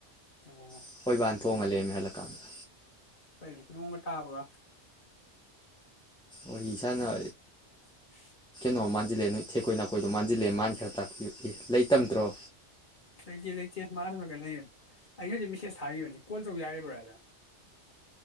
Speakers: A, on the left; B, in the centre.
A: ꯑꯣ
B: ꯑꯩꯈꯣꯏꯕꯥꯅ ꯊꯣꯡꯉ ꯂꯩꯔꯝꯃꯦ ꯍꯜꯂꯛꯀꯥꯟꯗ
A: ꯐꯩ ꯅꫭꯡꯒ ꯇꯕꯒ
B: ꯐꯩ ꯏꯁꯥꯟꯅ
A: <inaudible>
B: ꯅꯣ ꯃꯥꯟꯖꯜꯂꯦ ꯅꯣꯏ ꯊꯦꯛꯈꯣꯏ ꯅꯥꯈꯣꯏꯗꯣ ꯃꯥꯟꯖꯤꯜꯂꯦ ꯃꯥꯅ ꯈꯔ ꯇꯥꯛꯄꯤꯔꯏ ꯂꯩꯇꯝꯗ꯭ꯔꯣ
A: ꯂꯩꯇꯦ ꯂꯩꯇꯦ ꯃꯥꯑꯁꫭꯝ ꯅꯀꯟꯗ ꯂꯩ <unintelligible> ꯀꯦꯁ ꯊꯥꯈꯤꯕꯅꯤ ꯀꯣꯜ ꯇꯧ ꯌꯥꯔꯤꯕ꯭ꯔꯣꯅ